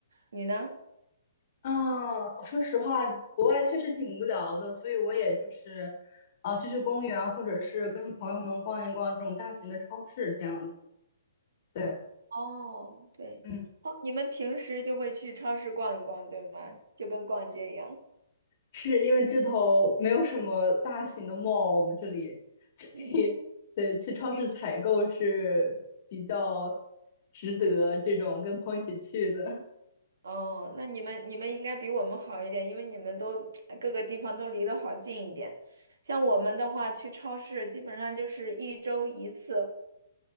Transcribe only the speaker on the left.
啊，我说实话，国外确实挺无聊的，所以我也就是，啊、去去公园啊或者是跟朋友们逛一逛这种大型的超市这样子。对，
嗯，
是因为这头没有什么大型的 mall，我们这里，所以对，
去超市采购是比较值得这种跟朋友一起去的。